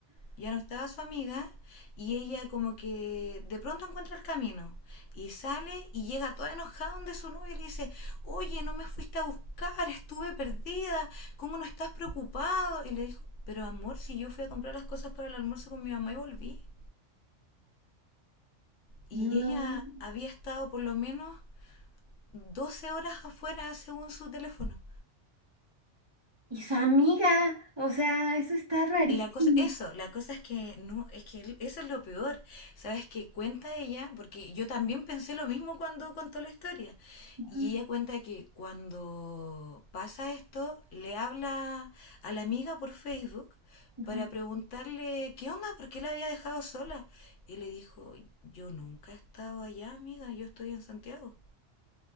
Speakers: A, on the left (about 75°); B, on the right (about 25°).
A: Ya no estaba su amiga y ella como que de pronto encuentra el camino y sale y llega toda enojada donde su novio y le dice, oye, no me fuiste a buscar, estuve perdida, ¿cómo no estás preocupado? Y le dijo, pero amor, si yo fui a comprar las cosas para el almuerzo con mi mamá y volví. Y
B: No.
A: ella había estado por lo menos 12 horas afuera según su teléfono.
B: Y su amiga, o sea, eso está rarísimo.
A: la cosa, eso, la cosa es que no, es que eso es lo peor. Sabes que cuenta ella, porque yo también pensé lo mismo cuando contó la historia.
B: Ajá,
A: Y ella cuenta que cuando pasa esto, le habla a la amiga por Facebook
B: ajá.
A: para preguntarle qué onda, por qué la había dejado sola. Y le dijo, yo nunca he estado allá, amiga, yo estoy en Santiago.